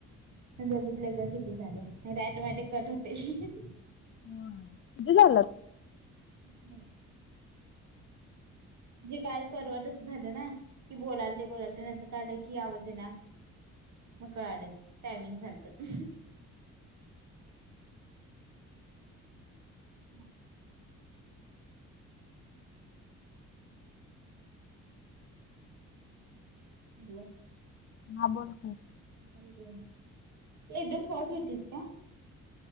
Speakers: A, on the right; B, on the left.
A: बघितलं गं किती झालं. <unintelligible> कट होतंय.
B: होय किती झाल्यात?
A: तीस मिनिट. जे काल परवा तसं झालं ना की बोलालते बोलालते नंतर कळालं की आवाज येईना. मग कळालं टाइमिंग झालतं. <unintelligible> हॅलो
B: हां बोल की.
A: <unintelligible> एकदम पॉझ होतीस का?